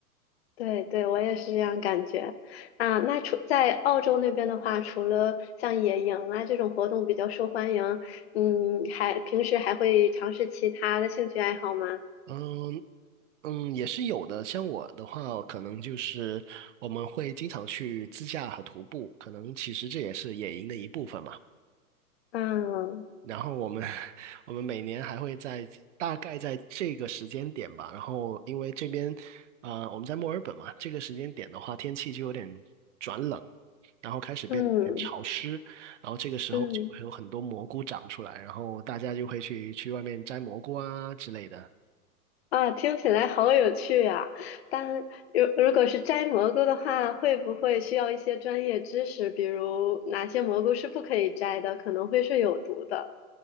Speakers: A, on the left (about 45°); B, on the right (about 55°).
A: 对对，我也是这样感觉。啊，那除在澳洲那边的话，除了像野营啊这种活动比较受欢迎，嗯，还平时还会尝试其他的兴趣爱好吗？
B: 嗯，嗯，也是有的。像我的话，可能就是我们会经常去自驾和徒步，可能其实这也是野营的一部分嘛。
A: 嗯
B: 然后我们 <laughs> 我们每年还会在大概在这个时间点吧，然后因为这边呃我们在墨尔本嘛，这个时间点的话，天气就有点转冷，然后开始变得有点潮湿，
A: 嗯
B: 然后这个时候就会有很多蘑菇长出来，
A: 嗯。
B: 然后大家就会去去外面摘蘑菇啊之类的。
A: 啊，听起来好有趣呀！但如如果是摘蘑菇的话，会不会需要一些专业知识？比如哪些蘑菇是不可以摘的，可能会是有毒的，